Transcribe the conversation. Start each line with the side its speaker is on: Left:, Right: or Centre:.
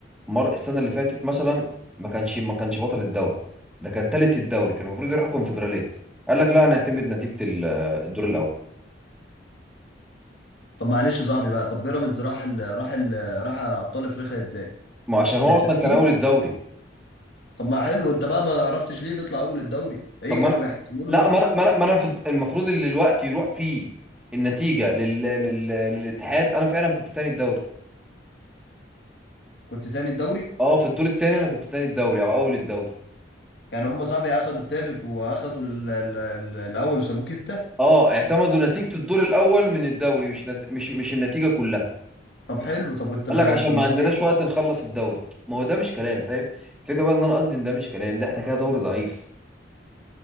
Centre: مر السنه اللي فاتت مثلا ما كانش ما كانش بطل الدوري ده كان تالت الدوري كان المفروض يروح الكونفدراليه قال لك لا هنعتمد نتيجه ال- الدور الاول
Left: طب معلش يا صاحبي بقى طب بيراميدز راح ال... راح ال... راح ابطال افريقيا ازاي
Centre: ما عشان هو
Left: بالتحكيم
Centre: اصلا كان اول الدوري
Left: طب ما حلو انت بقى ما عرفتش ليه تطلع اول الدوري ايه
Centre: طب ما
Left: كانوا
Centre: انا
Left: بيحكموا له
Centre: لا
Left: برضو
Centre: ما انا ما انا ما أنا في- المفروض اللي الوقت يروح فيه النتيجه لل... لل... للاتحاد انا فعلا كنت تاني الدوري
Left: كنت تاني الدوري
Centre: اه في الدور التاني انا كنت تاني الدوري او اول الدوري
Left: يعني هم صاحبي اخدوا التالت واخدوا ال- ال- ال- الاول وسابوه كده
Centre: اه اعتمدوا نتيجة الدور الأول من الدوري مش نت... مش مش النتيجة كلها
Left: طب حلو طب وانت
Centre: قال
Left: ب-
Centre: لك عشان
Left: طب
Centre: ما عندناش
Left: هيك
Centre: وقت نخلص الدوري ما هو ده مش كلام فاهم الفكرة بقى ان انا قصدي ان ده مش كلام ده احنا كده دوري ضعيف